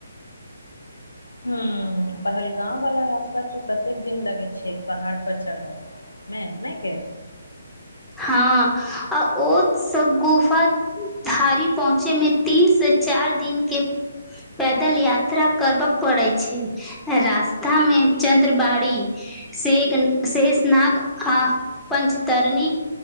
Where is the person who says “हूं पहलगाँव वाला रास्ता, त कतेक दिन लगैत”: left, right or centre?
Left